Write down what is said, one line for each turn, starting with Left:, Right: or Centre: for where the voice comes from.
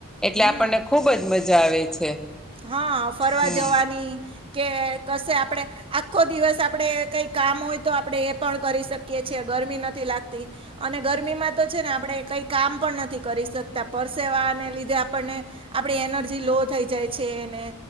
Centre: એટલે
Right: હમ
Centre: આપણને ખુબ જ મજા આવે છે.
Right: હા ફરવા
Centre: હમ
Right: જવાની કે કશે આપડે આખો દિવસ આપડણે કઈ કામ હોય તો આપડણે એ પણ કરી શકીએ છીએ ગરમી નથી લાગતી. અને ગરમીમાં તો છે ને આપણે કઈ કામ પણ નથી કરી શકતા પરસેવાને લીધે આપણને આપડી એનર્જી લો થઈ જાય છે ને